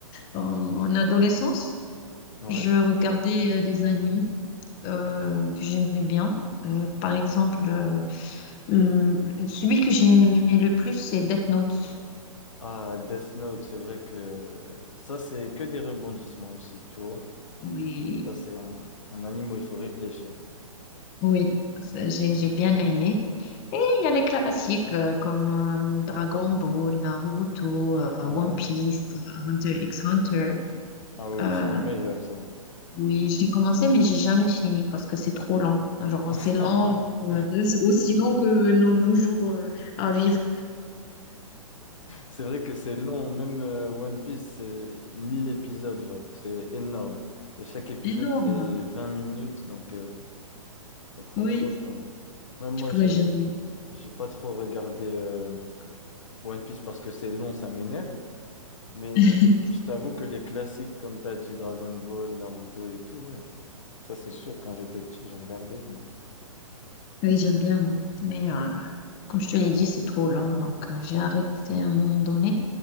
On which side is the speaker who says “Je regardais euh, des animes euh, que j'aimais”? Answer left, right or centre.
Left